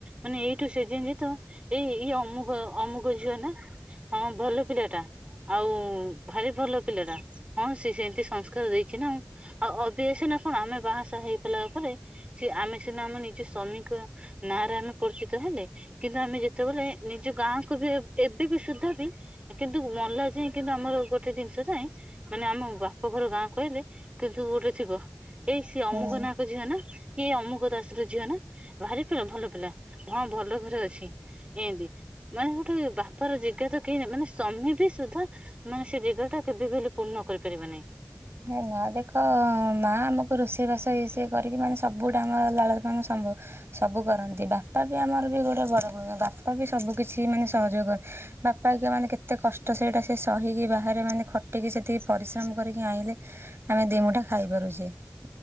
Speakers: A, on the right; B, on the right.
A: ମାନେ ଏଇ ସେ ଯିଏ ଜିନି ଯାଇଥିବ ଏଇ ଏଇ ଅମୁକ ଅମୁକ ବୁଝିଲ ନା ହଁ ଭଲ ପିଲାଟା ଆଉ ଭାରି ଭଲ ପିଲାଟା ହଁ ସେ ସେମ୍ ସେ ସଂସ୍କାର ଦେଇଛି ନାଁ ଆଉ ଅଭି ଆ ସିନା ଶୁଣ କଣ ଆମେ ବାହାସାହା ହେଇପଲା ପରେରେ ସି ଆମେ ସିନା ଆମ ନିଜ ସ୍ଵାମୀଙ୍କ ନାଁରେ ଆମେ ପରିଚିତ ହେଲେ କିନ୍ତୁ ଆମେ ଯେତେବେଳେ ନିଜ ଗାଁକୁ ବି ଏବେ ବି ସୁଧା ବି କିନ୍ତୁ ବାପଘର ଗାଁ କହିଲେ କିନ୍ତୁ ଗୋଟେ ଥିବ । ଏଇ ସିଏ
B: ହୁଁ।
A: ଅମୁକ ନାହାକ ଝିଅ ନା । କିଏ ଅମୁକ ଦାସର ଝିଅ ନା ଭାରି ପିଲ ଭଲ ପିଲା ହଁ ଭଲ ଘରେ ଅଛି ଏନ୍ତି ।ମାନେ ଗୋଟେ ବାପାର ଜାଗା ତ କେହି ମାନେ ସ୍ଵାମୀ ବି ସୁଦ୍ଧା ମାନେ ସେ ଜାଗା ଟା କେବେ ବି ହେଲେ ପୂର୍ଣ୍ଣ କରିପାରିବ ନାହିଁ ।
B: ହେ ନା ଦେଖ ମା ଆମକୁ ରୋଷେଇବାସ ଇ ସିଏ କରିକି ମାନେ ସବୁଟା ଆମର ଲାଳନ ପାଳନ ମାନେ ସମ୍ଭବ ସବୁ କରନ୍ତି ବାପା ବି ଆମର ବି ଗୋଟେ ବଡ଼ ଭୂମିକା ବାପା ବି ସବୁକିଛି ମାନେ ସହଯୋଗ କରନ୍ତି ବାପା୍ ମାନେ କେତେ କଷ୍ଟ ସେଇଟା ସେ ସହିକି ବାହାରେ ମାନେ ଖଟ୍ ଟିକେ ସେତିକି ପରିଶ୍ରମ କରିକି ଆଇଁଲେ । ଆମେ ଦିମୁଠା ଖାଇ ପାରୁଛେ ।